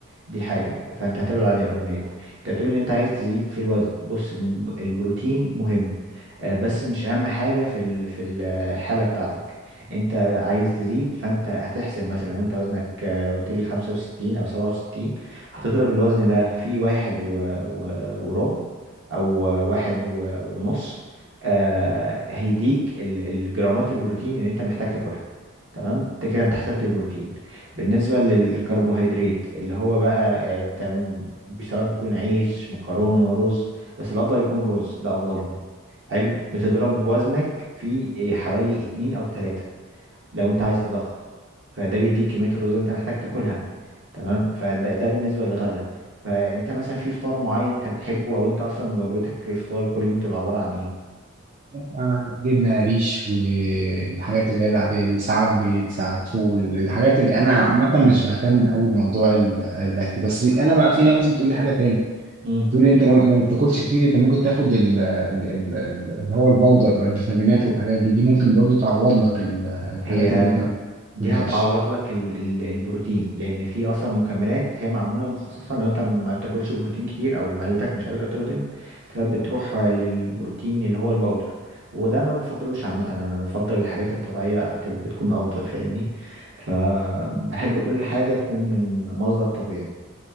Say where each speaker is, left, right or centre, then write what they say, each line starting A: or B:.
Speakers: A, on the right (about 60°); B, on the right (about 40°).
A: دي حاجه فانت هتبعد عن الهرمونات انت بتقول ان انت عايز تزيد في الوزن بص الم- البروتين مهم آه، بس مش اهم حاجه في ال- في الحاله بتاعتك انت عايز تزيد فانت هتحسب مثلا انت وزنك آه، قلت لي 65 او 67 هتضرب الوزن ده في واحد و... و... وربع او واحد و... ونص آه هيديك ال... الجرامات البروتين اللي انت محتاج تاكلها تمام انت كده انت حسبت البروتين بالنسبه للكربوهيدرات اللي هو بقى آه، انت م- سواء بيكون عيش مكرونه رز بس الافضل يكون رز ده افضلهم حلو بتضرب وزنك في آه، حوالي اتنين او تلاتة لو انت عايز تضخم فده بيديك كمية الرز اللي انت محتاج تاكلها تمام فده ده بالنسبة للغدا فانت مثلا في فطار معين انت بتحبه او انت اصلا وجبتك الفطار كل يوم تبقى عبارة عن ايه
B: آه، جبنة قريش في الحاجات اللي هي العادية دي ساعات بيت ساعات فول الحاجات اللي أنا عامة
A: مم.
B: مش بهتم أوي بموضوع ال- الأكل بس أنا بقى في ناس بتقول لي حاجة تاني
A: مم.
B: تقول لي أنت لو لو ما بتاكلش كتير أنت ممكن تاخد ال- ال- ال- ال- اللي هو الباودر بقى الفيتامينات والحاجات دي دي ممكن برضو تعوض لك ال- الحاجات
A: هي
B: اللي أنت ما
A: دي
B: بتاكلهاش
A: هتعوض لك ال ال البروتين لان في اصلا مكملات هي معموله مخصصه لو انت ما بتاكلش بروتين كتير او معدتك مش قادره تهضم فبتروح للبروتين اللي هو الباودر وده انا ما بفضلوش عامه انا بفضل الحاجات الطبيعيه تب- بتكون افضل فاهمني فبحب كل حاجه تكون من مصدر طبيعي